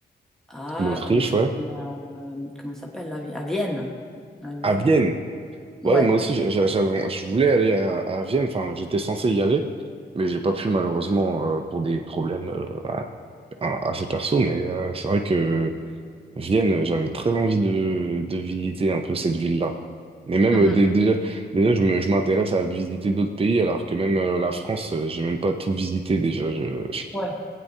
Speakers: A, in the centre; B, on the right.
A: à,
B: L'Autriche,
A: comment ça
B: ouais.
A: s'appelle, euh, comment ça s'appelle, la, vi- à Vienne. À Vienne.
B: À Vienne.
A: Ouais.
B: Ouais, moi aussi, j'a- j'a- j'avais- je voulais aller à, à Vienne. Enfin, j'étais censé y aller, mais j'ai pas pu malheureusement euh, pour des problèmes euh, à- à- assez perso. Mais euh, c'est vrai que Vienne, j'avais très envie de, de visiter un peu cette ville-là. Mais même
A: Mhm.
B: euh, dé- déjà, déjà, je me- je m'intéresse à visiter d'autres pays, alors que même euh, la France, euh, j'ai même pas tout visité déjà. Je, je,
A: Ouais.